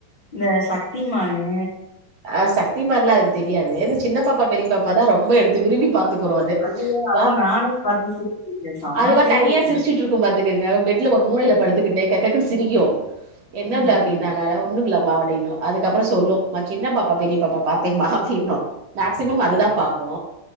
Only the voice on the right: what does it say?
அ சக்தி மான்ல்லா அதுக்கு தெரியாது இந்த சின்ன பாப்பா பெரிய பாப்பா தா ரொம்ப எடுத்து விரும்பி பாத் துருக்கு அது
பாத்
அதுவா
தனியா சிரிச்சுட்டு இருக் பாத்துக்குங்க பெட்ல ஒரு மூளை படுத்துக்கட்டு சிரிக்கு என்ன
ப்ளே அப்டினா
ஒன்னு இல்ல மா அப்டின்னு அதுக்கப்றோ சொல்லு சின்ன பாப்பா பெரிய பாப்பா பாத்தே மா அப்டின்னு மேக்சிமம் அதுதா
பாக்கு